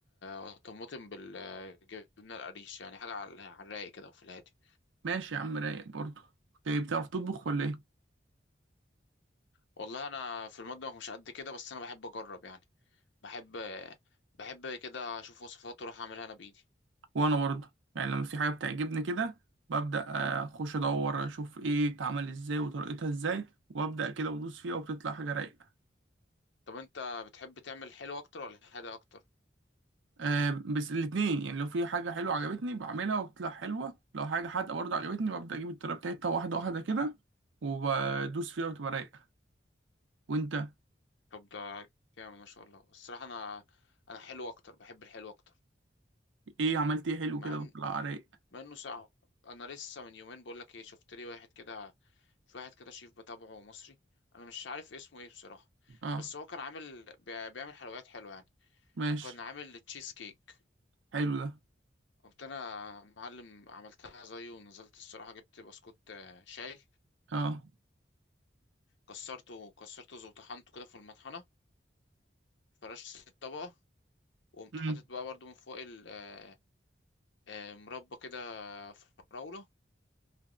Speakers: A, on the left; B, on the right.
A: وطماطم بالجبنه القريش يعني حاجه على على الرايق كده وفي الهادي
B: ماشي يا عم رايق برضه ايه بتعرف تطبخ ولا ايه؟
A: والله انا في المطبخ مش قد كده بس انا بحب اجرب يعني بحب بحب كده اشوف وصفات واروح اعملها انا بايدي
B: وانا برضه يعني لما في حاجة بتعجبني كده ببدأ آه، اخش ادور اشوف ايه اتعمل ازاي وطريقتها ازاي وابدأ كده وادوس فيها وبتطلع حاجة رايقة
A: طب انت بتحب تعمل حلو اكتر ولا حادق اكتر
B: آه، بس الاتنين يعني لو في حاجة حلوة عجبتني بعملها وبتطلع حلوة لو حاجة حادقة برضه عجبتني ببدأ أجيب الطريقة بتاعتها واحدة واحدة كده وبدوس فيها وتبقى رايقة وأنت
A: طب ده جامد ما شاء الله الصراحه انا انا حلو اكتر بحب الحلو اكتر
B: إيه عملت إيه حلو
A: مع
B: كده
A: ان
B: وطلع رايق
A: مع انه صعب انا لسه من يومين بقول لك ايه شفت لي واحد كده في واحد كده شيف بتابعه مصري انا مش عارف اسمه ايه بصراحه
B: أه
A: بس هو كان عامل بي- بيعمل حلويات حلوه يعني
B: ماشي
A: كان عامل تشيز كيك
B: حلو ده
A: قمت انا معلم عملتها زيه ونزلت الصراحه جبت بسكوت آه، شاي
B: أه
A: كسرته كسرته وطحنته كده في المطحنة فرشت الطبقة وقمت
B: مم.
A: حاطط بقى برضو من فوق ال- آه، آه، مربى كده فراولة